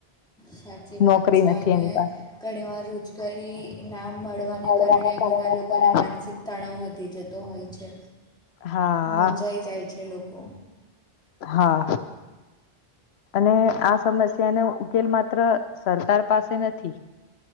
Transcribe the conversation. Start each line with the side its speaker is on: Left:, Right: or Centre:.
Centre: સાચી વાત
Left: નોકરી
Centre: છે
Left: નથી
Centre: અને
Left: એની પાસે
Centre: ઘણી વાર રોજગારી નામ મળવાના
Left: ભણવાના
Centre: કારણે
Left: કારણે
Centre: ઘણા લોકોને માનસિક તણાવ વધી જતો હોય છે
Left: હા
Centre: મુજાઈ જાય છે લોકો
Left: હા અને આ સમસ્યાનો ઉકેલ માત્ર સરકાર પાસે નથી